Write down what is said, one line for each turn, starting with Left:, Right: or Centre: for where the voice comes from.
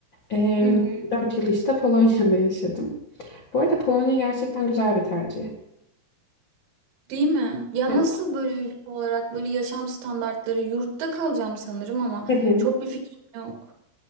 Left: E,
Right: hı.
Left: 4 yıl işte Polonya'da yaşadım. Bu arada Polonya gerçekten güzel bir tercih.
Right: Değil mi? Ya
Left: Evet.
Right: nasıl böyle ülke olarak böyle yaşam standartları yurtta kalacağım sanırım ama
Left: <laughs>
Right: çok bir fikrim yok.